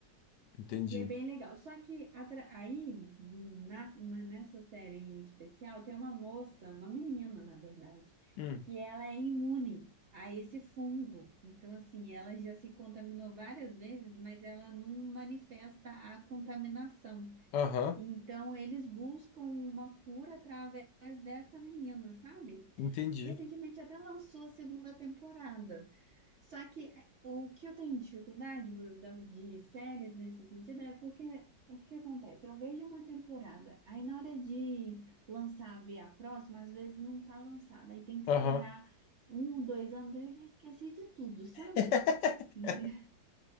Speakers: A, on the left; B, on the right.
A: entendi.
B: E é bem legal. Só que atra- aí, na- na- nessa série em especial, tem uma moça, uma menina, na verdade,
A: Hum.
B: que ela é imune a esse fungo. Então, assim, ela já se contaminou várias vezes, mas ela não manifesta a contaminação.
A: Aham,
B: Então, eles buscam uma cura através dessa menina, sabe?
A: entendi.
B: Recentemente até lançou a segunda temporada. Só que é, o que eu tenho dificuldade, Will, de séries nesse sentido é porque o que acontece? Eu vejo uma temporada, aí na hora de lançar, ver a próxima, às vezes não tá lançada, aí tem que
A: Aham.
B: esperar um, dois anos, aí eu já esqueci de tudo, sabe?
A: <laughs>
B: E